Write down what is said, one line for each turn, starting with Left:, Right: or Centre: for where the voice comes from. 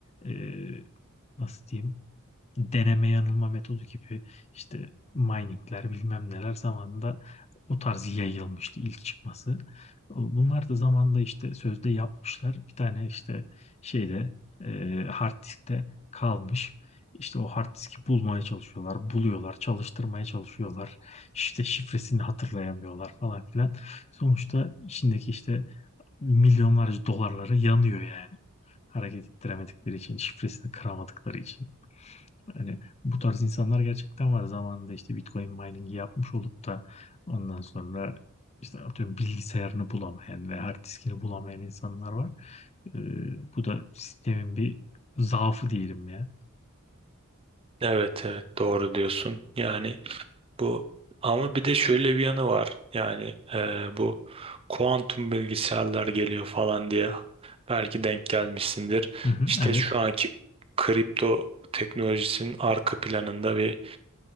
Left: e, nasıl diyeyim deneme yanılma metodu gibi işte miningler bilmem neler zamanında o tarz yayılmıştı ilk çıkması. Bunlar da zamanında işte sözde yapmışlar. Bir tane işte şeyde e, hard diskte kalmış. İşte o hard diski bulmaya çalışıyorlar, buluyorlar, çalıştırmaya çalışıyorlar. İşte şifresini hatırlayamıyorlar falan filan. Sonuçta içindeki işte milyonlarca dolarları yanıyor yani. Hareket ettiremedikleri için, şifresini kıramadıkları için. Yani bu tarz insanlar gerçekten var. Zamanında işte Bitcoin mining'i yapmış olup da ondan sonra işte atıyorum bilgisayarını bulamayan ve hard diskini bulamayan insanlar var. Ee, bu da sistemin bir zaafı diyelim ya.
Right: Evet evet doğru diyorsun. Yani bu ama bir de şöyle bir yanı var. Yani e, bu kuantum bilgisayarlar geliyor falan diye belki denk gelmişsindir.
Left: Hı hı,
Right: İşte
Left: evet.
Right: şu anki kripto teknolojisinin arka planında bir